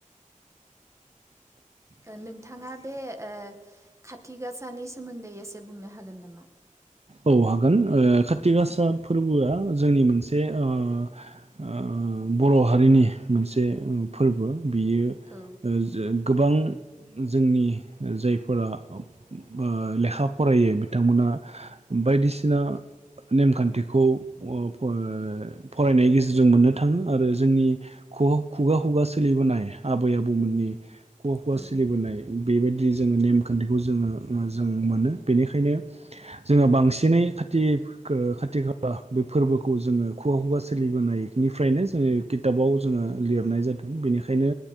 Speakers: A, on the right; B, on the right.
A: ओ नोंथाङा बे ओ खाथिगासानि सोमोन्दै एसे बुंनो हागोन नामा?
B: औ हागोन ओ काथिगआसा फोरबोआ जोंनि मोनसे ओ ओ बर' हारिनि मोनसे फोरबो। बेयो
A: औ
B: ओ जो गोबां जोंनि जायफोरा ओ लेखा फरायो बिथांमोना बायदिसिना नेमखान्थिखौ ओ फो फरायनायनि गेजेरजों मोननो थाङो आरो जोंनि खुगा खुगा सोलिबोनाय आबै आबौमोननि खुगा खुगा
A: औ
B: सोलिबोनाय बेबायद दि जोङो नेमखान्थिखौ जोङो ओ जों मोनो बेनिखायनो जोङो बांसिनै खाथि <unintelligible> बे फोरबोखौ जोङो खुगा खुगा सोलिबोनायनिफ्रायनो जोङो खिथाबाव जोङो लिरनाय जादों बेनिखायनो